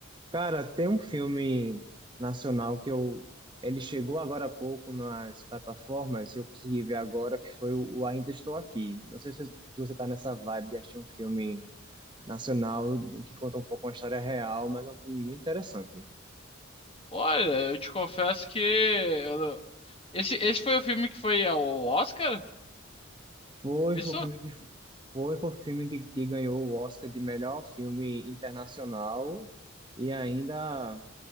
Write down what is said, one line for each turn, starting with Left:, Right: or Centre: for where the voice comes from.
Right: Cara, tem um filme nacional que eu. Ele chegou agora há pouco nas plataformas e eu consegui ver agora, que foi o Ainda Estou Aqui. Não sei se se você tá nessa vibe de assistir um filme nacional que conta um pouco uma história real, mas é um filme muito interessante.
Left: Olha, eu te confesso que eu- esse, esse foi o filme que foi ao Oscar?
Right: Foi,
Left: Isso?
Right: foi o filme que, foi, foi o filme que, que ganhou o Oscar de melhor filme internacional e ainda